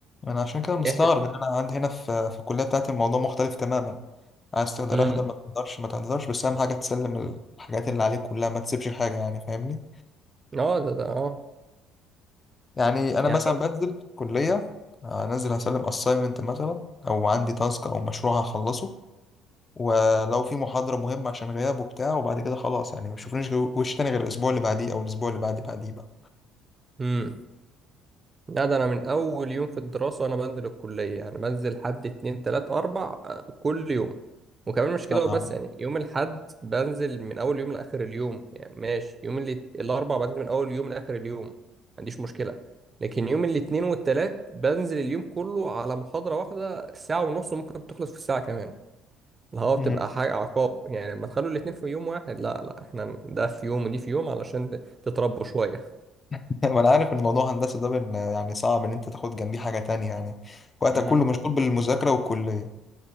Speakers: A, on the left; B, on the right.
A: انا عشان كده مستغرب
B: احنا
A: ان انا عندي هنا في في الكليه بتاعتي الموضوع مختلف تماما عايز تقدر
B: امم
A: احضر ما تقدرش ما تقدرش بس اهم حاجه تسلم الحاجات اللي عليك كلها ما تسيبش حاجه يعني فاهمني
B: اه ده ده اه
A: يعني انا
B: يعني
A: مثلا
B: انا
A: بنزل كليه انزل هسلم اساينمنت مثلا او عندي تاسك او مشروع هخلصه ولو في محاضره مهمه عشان غياب وبتاع وبعد كده خلاص يعني ما بشوفنيش غير- وش تاني غير الاسبوع اللي بعديه او الاسبوع اللي بعد بعديه بقى
B: امم لا ده انا من اول يوم في الدراسه وانا بنزل الكليه يعني بنزل حد اتنين تلات اربع آه، كل يوم وكمان مش كده
A: طبعا
B: وبس يعني يوم الحد بنزل من اول يوم لاخر اليوم يعني ماشي يوم اللي الاربع بنزل من اول يوم لاخر اليوم ما عنديش مشكله لكن يوم الاثنين والتلات بنزل اليوم كله على محاضره واحده ساعه ونص وممكن تخلص في الساعه كمان اللي هو
A: مم.
B: بتبقى حاجه عقاب يعني لما تخلوا الاثنين في يوم واحد لا لا احنا ده في يوم ودي في يوم علشان تتربوا شويه
A: <laughs> وانا عارف ان موضوع هندسه ده بن- يعني صعب ان انت تاخد جنبيه حاجه تانية يعني وقتك
B: مم.
A: كله مشغول بالمذاكره والكليه